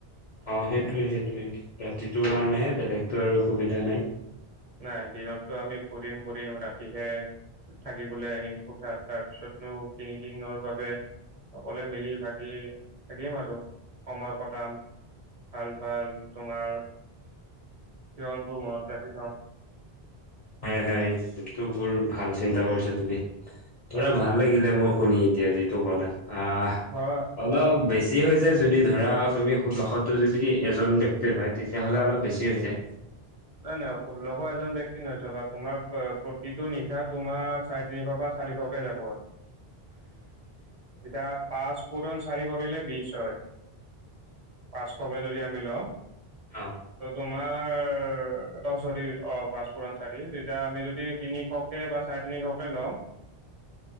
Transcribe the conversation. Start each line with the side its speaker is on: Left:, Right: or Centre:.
Left: অঁ সেইটোৱে সেইটোৱে ৰাতিটোৰ কাৰণেহে বেলেগতো আৰু অসুবিধা নাই।
Right: নাই দিনতটো আমি ফুৰিম ফুৰিম ৰাতিহে থাকিবলে আহিম কোঠাত তাৰ পিছতনো তিনিদিনৰ বাবে সকলোৱে মিলি ভাগি থাকিম আৰু সময় কটাম। ভাল ভাল তোমাৰ ক্ষয়ণবোৰ মনত ৰাখি থম।
Left: হয় হয়, এইটো বৰ ভাল চিন্তা কৰিছা তুমি। তোমাৰ
Right: অ,
Left: ভাল লাগিলে মোৰ শুনি এতিয়া যিটো কলা আহঁ
Right: হয়।
Left: অলপ বেছি হৈ যায় যদি ধৰা তুমি ষোল্লশটো যদি এজন ব্যক্তিৰ হয়, তেতিয়াহ'লে অলপ বেছি হৈ যায়।
Right: নাই নাই ষোল্লশ এজন ব্যক্তি নহয়, তোমাৰ প্ৰতিটো নিশা তোমাৰ চাই তিনিশ বা চাৰিশকে যাব, এতিয়া পাঁচ পূৰণ চাৰি কৰিলে বিছ হয়, পাঁচশকৈ যদি আমি লওঁ।
Left: অঁ।
Right: ত' তোমাৰ। অঁ চৰি অ পাঁচ পূৰণ চাৰি, তেতিয়া আমি যদি তিনিশকে বা চাৰেতিনিশকে লওঁ।